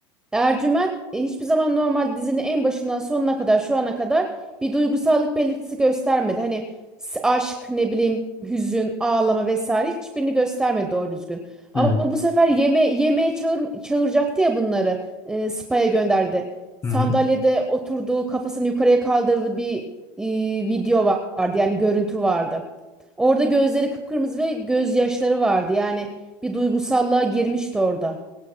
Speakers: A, in the centre; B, on the left.
A: Ercüment e, hiçbir zaman normal dizinin en başından sonuna kadar şu ana kadar bir duygusallık belirtisi göstermedi. Hani s- aşk, ne bileyim, hüzün, ağlama vesaire hiçbirini göstermedi doğru düzgün. Ama
B: Evet.
A: bu sefer yeme yemeğe çağır çağıracaktı ya bunları. E, spa'ya gönderdi. Sandalyede
B: Hı hı.
A: oturduğu kafasını yukarıya kaldırdığı bir e, video va- vardı. Yani görüntü vardı. Orada gözleri kıpkırmızı ve gözyaşları vardı. Yani bir duygusallığa girmişti orada.